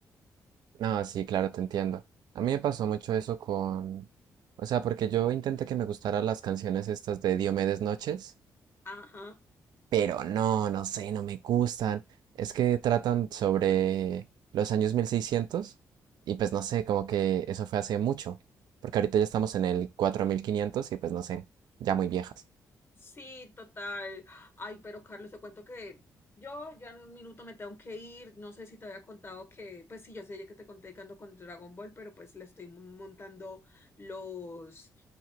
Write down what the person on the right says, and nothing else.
No, sí, claro, te entiendo. A mí me pasó mucho eso con... O sea, porque yo intenté que me gustaran las canciones estas de Diomedes Noches,
pero no, no sé, no me gustan. Es que tratan sobre los años 1600 y pues no sé, como que eso fue hace mucho, porque ahorita ya estamos en el 4500 y pues no sé, ya muy viejas.